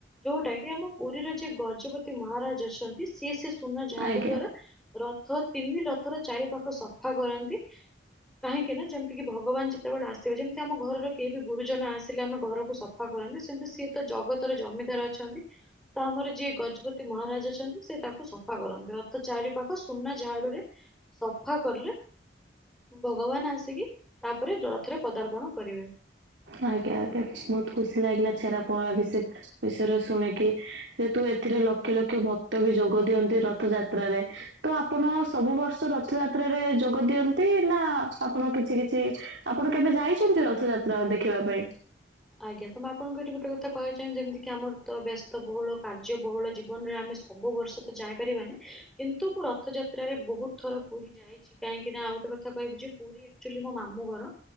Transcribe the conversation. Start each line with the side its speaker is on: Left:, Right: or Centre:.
Centre: ଯୋଉଟା କି ଆମ ପୁରୀର ଯେ ଗଜପତି ମହାରାଜ୍ ଅଛନ୍ତି ସିଏ ସେ ସୁନା ଝାଡୁ
Right: ଆଜ୍ଞା
Centre: ଦ୍ଵାରା ରଥ ତିନି ରଥର ଚାରି ପାଖ ସଫା କରନ୍ତି। କାହିଁକି ନା ଯେମତିି କି ଭଗବାନ ଯେତେବେଳେ ଆସିବେ ଯେମତି ଆମ ଘରର କେହି ବି ଗୁରୁଜନ ଆସିଲେ ଆମେ ଘରକୁ ସ ଫା କରନ୍ତି ସେମତି ସିଏ ତ ଜଗତର ଜମିଦାର ଅଛନ୍ତି। ତ ଆମର ଯିଏ ଗଜପତି ମହାରାଜ ଅଛନ୍ତି ସେ ତା ତ ସଫା କରନ୍ତି ରଥ ଚାରି ପାଖ ସୁନା ଝାଡୁରେ ସଫା କରଲେ ଭଗବାନ ଆସିକି ତାପରେ ଦ ରଥରେ ପଦାର୍ପଣ କରିବେ।
Right: ଆଜ୍ଞା ଆଜ୍ଞା ଛ୍ ବହୁତ ଖୁସି ଲାଗିଲା ଛେରା ପହଁରା ବିଷି ବିଷୟରେ ଶୁଣିକି ଯେହେତୁ ଏଥିରେ ଲକ୍ଷ ଲକ୍ଷ ଭକ୍ତ ବି ଯୋଗ ଦିଅନ୍ତି ରଥଯାତ୍ରାରେ ତ ଆପଣ ସବୁ ବର୍ଷ ରଥଯାତ୍ରାରେ ଯୋଗ ଦିଅନ୍ତି ନା ଆପଣ କିଛି କିଛି ଆପଣ କେବେ ଯାଇଛନ୍ତି ରଥଯାତ୍ରା ଦେଖିବା ପାଇଁ?
Centre: ଆଜ୍ଞା ତ ମୁଁ ଆପଣଙ୍କୁ ଏଇଠି ଗୋଟେ କଥା କହିବା ଚାହିଁବି ଯେମତିି କି ଆମର ତ ବ୍ୟସ୍ତ ବୋହୁଳ କାର୍ଯ୍ୟ ବୋହୁଳ ଜୀବନରେ ଆମେ ସବୁ ବର୍ଷ ତ ଯାଇ ପାରିବାନି କିନ୍ତୁ ମୁଁ ରଥଯାତ୍ରାରେ ବୋହୁତ ଥର ପୁରୀ ଯାଇ ଇଚି କାହିଁକି ନା ଆଉ ଗୋଟେ କହିବି ଯେ ପୁରୀ ଏକ୍ଟୁଆଲି ମୋ ମାମୁଁ ଘର।